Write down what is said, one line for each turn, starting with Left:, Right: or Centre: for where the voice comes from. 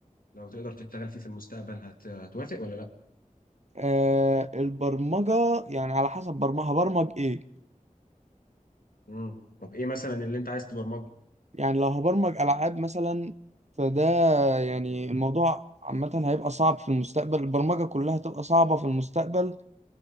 Left: لو تقدر تشتغل فيه في المستقبل هت... هتوافق ولا لا
Right: آه، البرمجة يعني على حسب برمجة هبرمج ايه
Left: مم. طب ايه مثلا اللي انت عايز تبرمجه
Right: يعني لو هبرمج العاب مثلا فده يعني الموضوع عامة هيبقى صعب في المستقبل البرمجة كلها هتبقى صعبة في المستقبل